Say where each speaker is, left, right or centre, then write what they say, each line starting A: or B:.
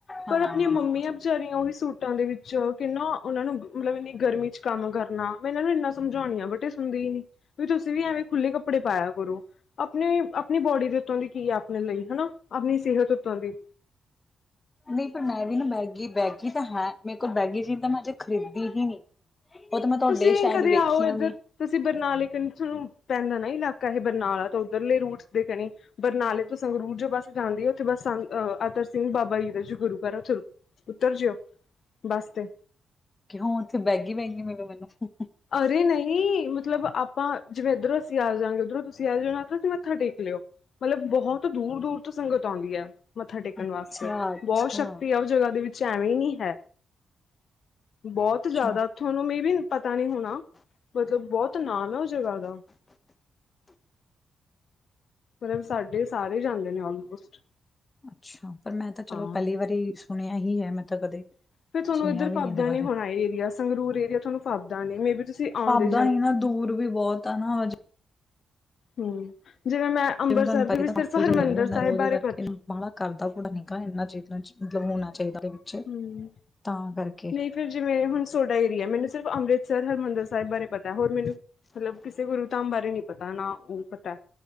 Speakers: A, on the left; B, on the left.
A: ਪਰ
B: ਹਾਂ
A: ਆਪਣੀਆਂ ਮੰਮੀਆਂ ਵਿਚਾਰੀਆਂ ਉਹੀ ਸੂਟਾਂ ਦੇ ਵਿੱਚ ਕਿੰਨਾ ਉਹਨਾਂ ਨੂੰ ਮਤਲਬ ਇੰਨੀ ਗਰਮੀ ਚ ਕੰਮ ਕਰਨਾ ਮੈਂ ਇਹਨਾਂ ਨੂੰ ਇੰਨਾ ਸਮਝਾਉਣੀ ਆ ਬਟ ਇਹ ਸੁਣਦੀ ਹੀ ਨੀ ਵੀ ਤੁਸੀਂ ਵੀ ਐਵੇਂ ਖੁੱਲ੍ਹੇ ਕੱਪੜੇ ਪਾਇਆ ਕਰੋ। ਆਪਣੀ ਆਪਣੀ ਬੋਡੀ ਦੇ ਉੱਤੋਂ ਦੀ ਕੀ <unintelligible> ਆਪਣੇ ਲਈ ਹਨਾ ਆਪਣੀ ਸਿਹਤ ਉੱਤੋਂ ਦੀ
B: ਨਈ ਪਰ ਮੈਂ ਵੀ ਨਾ ਮੈਗੀ ਬੈਗੀ ਤਾਂ ਹਾਂ, ਮੇਰੇ ਕੋਲ ਬੈਗੀ ਚੀ ਤਾਂ ਮੈਂ ਅਜੇ ਖਰੀਦੀ ਹੀ ਨ੍ਹੀਂ। ਉਹ ਤਾਂ ਮੈਂ ਤੁਹਾਡੇ
A: ਤੁਸੀਂ
B: ਸ਼ਾਇਦ
A: ਕਦੇ ਆਓ
B: ਵੇਖੀਆਂ
A: ਇੱਧਰ
B: ਵੀ
A: ਤੁਸੀਂ ਬਰਨਾਲੇ ਕ ਤੁਹਾਨੂੰ ਪੈਂਦਾ ਨਾ ਇਲਾਕਾ ਇਹ ਬਰਨਾਲਾ ਤਾਂ ਉੱਧਰਲੇ ਰੂਟਸ ਦੇ ਕਣੀ ਬਰਨਾਲੇ ਤੋਂ ਸੰਗਰੂਰ ਜੋ ਬਸ ਜਾਂਦੀ ਆ ਉੱਥੇ ਬਸ ਸੰ ਅਤਰ ਸਿੰਘ ਬਾਬਾ ਜੀਦ ਜੀ ਗੁਰੂ ਕਰ ਉਥ ਉੱਤਰ ਜਿਓ ਬਸ ਤੇ
B: ਕਿ ਹੁਣ ਉੱਥੇ ਬੈਗੀ ਵੈਗੀ ਮਿਲੂ ਮੈਨੂੰ
A: ਅਰੇ ਨਹੀਂ, ਮਤਲਬ ਆਪਾਂ ਜਿਵੇਂ ਇੱਧਰੋਂ ਅਸੀਂ ਆ ਜਾਵਾਂਗੇ ਉੱਧਰੋਂ ਤੁਸੀਂ ਆ ਜਾਣਾ, ਤੁਸੀਂ ਮੱਥਾ ਟੇਕ ਲਿਓ ਮਤਲਬ ਬਹੁਤ ਦੂਰ-ਦੂਰ ਤੋਂ ਸੰਗਤ ਆਉਂਦੀ ਐ। ਮੱਥਾ ਟੇਕਣ ਵਾਸਤੇ
B: ਅੱਛਾ, ਅੱਛਾ,
A: ਬਹੁਤ ਸ਼ਕਤੀ ਆ ਉਹ ਜਗ੍ਹਾ ਦੇ ਵਿੱਚ ਐਵੇਂ ਨੀ ਹੈ। ਬੋਤ
B: ਅੱਛਾ।
A: ਜ਼ਿਆਦਾ ਤੁਹਾਨੂੰ ਮੇਂ ਵੀ ਪਤਾ ਨੀ ਹੋਣਾ ਮਤਲਬ ਬੋਤ ਨਾਮ ਐ ਉਸ ਜਗ੍ਹਾ ਦਾ ਮਤਲਬ ਸਾਡੇ ਸਾਰੇ ਜਾਂਦੇ ਨੇ ਆਲਮੋਸਟ
B: ਅੱਛਾ, ਪਰ ਮੈਂ ਤਾਂ ਚਲੋ
A: ਹਾਂ
B: ਪਹਿਲੀ ਵਾਰੀ ਸੁਣਿਆ ਹੀ ਹੈ ਮੈਂ ਤਾਂ ਕਦੇ
A: ਫਿਰ ਤੁਹਾਨੂੰ
B: ਸੁਣਿਆ
A: ਇੱਧਰ
B: ਵੀ
A: ਫੱਪਦਾ
B: ਇਹਦੇ ਬਾਰੇ।
A: ਨੀ ਹੁਣਾ ਏਰੀਆ, ਸੰਗਰੂਰ ਏਰੀਆ ਤੁਹਾਨੂੰ ਫਬੱਦਾ ਨੀਂ ਮੇਂਂ ਬੀ ਤੁਸੀਂ ਆਉਂਦੇ
B: ਫੱਬਦਾ ਨੀਂ ਨਾ ਦੂਰ ਵੀ ਬੋਤ ਆ ਨਾ ਹਜੇ
A: ਹਂ, ਜਿਵੇਂ ਮੈਂ
B: ਜਿਵੇਂ
A: ਅੰਮ੍ਰਿਤਸਰ
B: ਤੁਹਾਨੂੰ ਪਤਾ
A: ਦੇ ਵਿੱਚ
B: ਤਾਂ
A: ਸਿਰਫ
B: ਪਾਸੇ ਚ
A: ਹਰਿਮੰਦਰ
B: ਰਹਿ ਜਾਂਦਾ
A: ਸਾਹਿਬ
B: ਉਹਦੇ
A: ਬਾਰੇ
B: ਕਰਕੇ
A: ਪਤਾ
B: ਬਾਹਲਾ ਕਰਦਾ ਕੁੂੜਾ ਨਿੱਕਾ ਇੰਨਾ ਚੀ <unintelligible> ਮਤਲਬ ਹੋਣਾ ਚਾਈਦਾ ਦੇ ਵਿੱਚ
A: ਹਮ
B: ਤਾਂ ਕਰਕੇ
A: ਨਹੀਂ ਫਿਰ ਜਿਵੇਂ ਹੁਣ ਸੋਡਾ ਏਰੀਆ, ਮੈਨੂੰ ਸਿਰਫ ਅੰਮ੍ਰਿਤਸਰ ਹਰਿਮੰਦਰ ਸਾਹਿਬ ਬਾਰੇ ਪਤਾ ਹੋਰ ਮੈਨੂੰ ਮਤਲਬ ਕਿਸੇ ਗੁਰੂ ਧਾਮ ਬਾਰੇ ਨੀ ਪਤਾ, ਨਾ ਉਹ ਪਤਾ